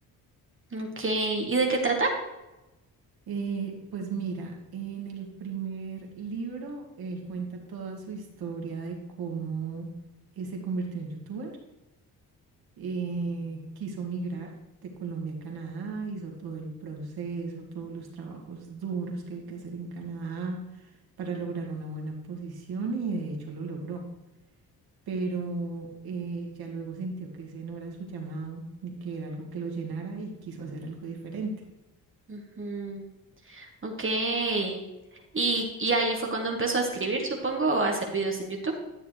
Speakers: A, on the right; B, on the right.
A: Ok, ¿y de qué trata?
B: Eh, pues mira, en el primer libro él cuenta toda su historia de cómo eh, se convirtió en youtuber, eh, quiso migrar de Colombia a Canadá, hizo todo el proceso, todos los trabajos duros que hay que hacer en Canadá para lograr una buena posición y de hecho lo logró. pero eh, ya luego sintió que ese no era su llamado ni que era algo que lo llenara y quiso hacer algo diferente.
A: Ujú, Ok, y, y ahí fue cuando empezó a escribir, supongo, o a hacer videos en YouTube.